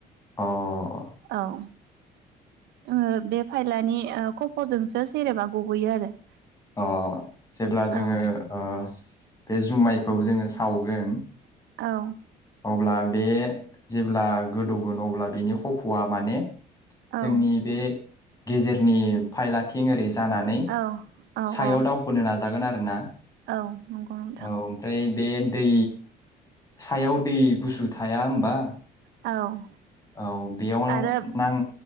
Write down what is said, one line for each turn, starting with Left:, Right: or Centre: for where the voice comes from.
Left: औ अ
Right: औ ओ बे फायलानि ओ खफ'जोंसो सेरेबा गबोयो आरो
Left: ओ जेब्ला जोङो
Right: औ
Left: ओ बे जुमायखौ जोंङो सावगोन
Right: औ
Left: अब्ला बे जेब्ला गोदौगोन अब्ला बेनि खफ'आ माने जोंनि
Right: औ
Left: बे गेजेरनि फायलाथिं ओरै जानानै
Right: औ
Left: सायाव
Right: औ
Left: दावखोनो नाजागोन आरो ना
Right: औ नंगौ नोंथां
Left: औ ओमफ्राय बेेन दै सायाव दै गुसु थाया होनबा?
Right: औ
Left: औ बेयाव
Right: आरो
Left: नां